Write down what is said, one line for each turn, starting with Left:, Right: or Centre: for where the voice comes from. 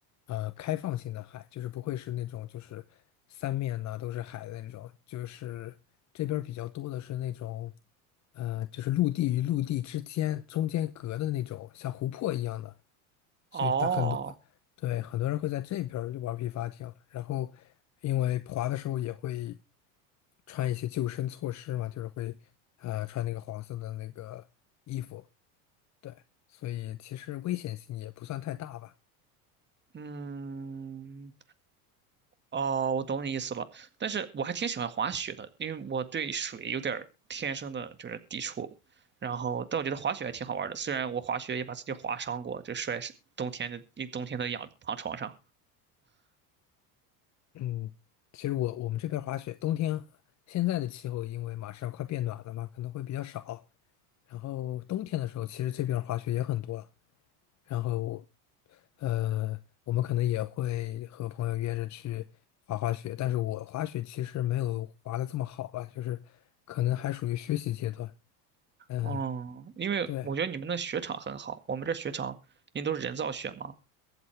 Left: 呃开放性的海，就是不会是那种就是三面呐、都是海的那种，就是这边儿比较多的是那种呃，就是陆地与陆地之间中间隔的那种像湖泊一样的。所以大很多，
Right: 哦，
Left: 对，很多人会在这边儿玩皮划艇，然后因为滑的时候也会穿一些救生措施嘛，就是会呃穿那个黄色的那个衣服，对，所以其实危险性也不算太大吧。
Right: 嗯，哦，我懂你意思了，但是我还挺喜欢滑雪的，因为我对水有点儿天生的就是抵触，然后但我觉得滑雪还挺好玩儿的，虽然我滑雪也把自己划伤过，就摔是冬天就一冬天都养躺床上。
Left: 嗯，其实我我们这边滑雪，冬天现在的气候因为马上快变暖了嘛，可能会比较少，然后冬天的时候其实这边滑雪也很多。然后我，呃，我们可能也会和朋友约着去滑滑雪，但是我滑雪其实没有滑的这么好吧，就是可能还属于学习阶段。嗯，
Right: 哦，因为我觉得你们那雪场很好，
Left: 对。
Right: 我们这雪场因为都是人造雪嘛，